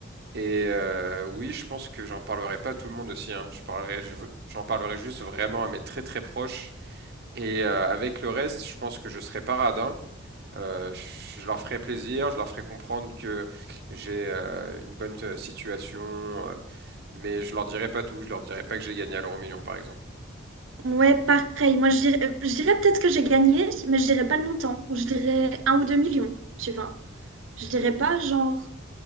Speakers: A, on the right; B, on the right.
A: Et euh, oui, je pense que j'en parlerai pas à tout le monde aussi. Hein. Je parlerai, je- veux- j'en parlerai juste vraiment à mes très très proches. Et euh, avec le reste, je pense que je serai pas radin. Euh, je je leur ferai plaisir, je leur ferai comprendre que j'ai euh, une bonne euh, situation, euh, mais je leur dirai pas tout. Je leur dirai pas que j'ai gagné à l'euro million, par exemple.
B: Ouais, pareil. Moi, je dirais, euh, je dirais peut-être que j'ai gagné, mais je dirais pas le montant, ou je dirais un ou deux millions, tu vois. Je dirais pas genre